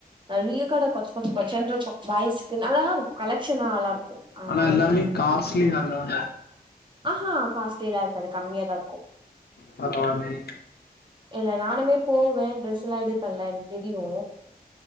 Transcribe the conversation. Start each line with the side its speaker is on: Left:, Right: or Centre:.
Right: நறிய கட கொச்ச கொச்சோ கொச்சோன் இருக்கோ வயசு்கு நல்லாதா இருக்கோ கலெக்ஷனா நல்லா இருக்கோ ஆ
Left: ஆனா
Right: நா
Left: எல்லாமே
Right: கேட்ட
Left: காஸ்ட்லி தான
Right: ஆஹா காஸ்ட்லிலா இருக்காது கம்மியாதா இருக்கோ
Left: பரவாலயே
Right: இல்ல நானுமே போவ ட்ரெஸெலா எடுப்பல எனக்கு தெரியோ